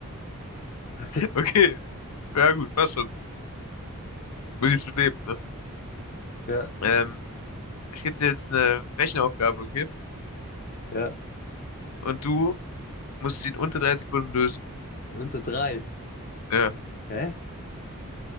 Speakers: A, on the left; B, on the left.
A: <laughs>
B: Okay, ja gut, passt schon. Muss ich jetzt mitleben, ne?
A: Ja,
B: Ähm, ich gebe dir jetzt eine Rechenaufgabe, okay?
A: ja.
B: Und du musst sie in unter drei Sekunden lösen.
A: Unter drei.
B: Ja,
A: Hä?